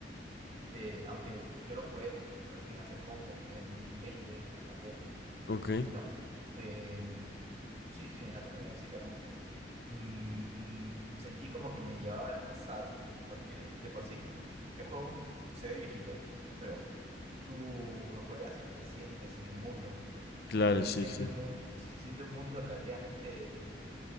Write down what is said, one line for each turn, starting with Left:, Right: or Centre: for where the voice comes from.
Right: te, aunque yo lo jugué recién hace poco, en 2020, en la pandemia.
Left: Ok,
Right: No, el- sí, sí, en la pandemia básicamente. mm, mm, sentí como que me llevaba al pasado, porque de por sí el juego se ve viejito, pero tú lo juegas y te sientes en el mundo,
Left: claro,
Right: y se
Left: sí,
Right: siente
Left: sí.
Right: un mundo, si se siente un mundo relativamente